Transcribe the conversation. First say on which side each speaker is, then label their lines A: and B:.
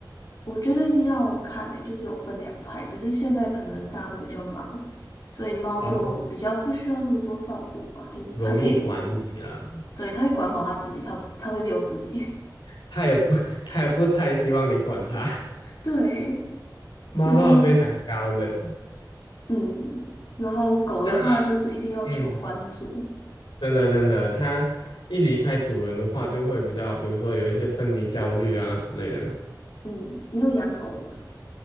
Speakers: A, on the left; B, on the left.
A: 我觉得要看诶、就是有分两派，只是现在可能大家都比较忙，所以猫就比较不需要这么多照顾吧，
B: 哦，
A: 就你它可以，
B: 容易管理啦。
A: 对，它会管好它自己，它它会遛自己，
B: 它也不 <laughs> 它也不太希望你管它。
A: <laughs> 对，
B: 猫的话非常高冷，
A: 所以就嗯，然后狗的话就是一定要求关注，
B: 那嗯，真的真的，它一离开主人的话，就会比较，比如说有一些分离焦虑啊之类的。
A: 嗯，你有养狗吗？